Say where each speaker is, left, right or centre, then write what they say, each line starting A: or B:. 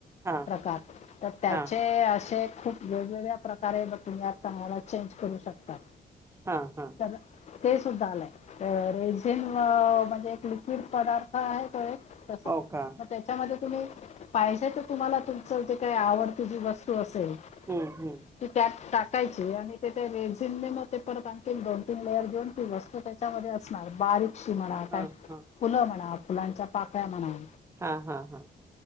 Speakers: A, on the right; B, on the left.
A: हा
B: प्रकार तर त्याचे
A: हा
B: असे खूप वेगवेगळ्या प्रकारे बघ तुम्ही आताम्हाला चेंज करू शकता
A: हा हा
B: चला ते सुद्धा आलंय रेझिन म्हणजे लिक्विड पदार्थ आहे तो एक...... तस
A: हो का
B: मग त्याच्यामध्ये......................... तुम्ही पाहिजे तर तुम्हाला तुमचं जे काही आवडती जी वस्तू असेल
A: हम्म हम्म
B: ते त्यात टाक. टाकायची आणि तेथ रेझिलने मग ते परत आणखी दोन तीन लेयर देवून ती वस्तू त्याच्यामध्ये असणार बारीक चि म्हणा काय
A: हा हा
B: फुलं म्हणा फुलांच्या पाकळ्या म्हणा.
A: हा- हा -हा.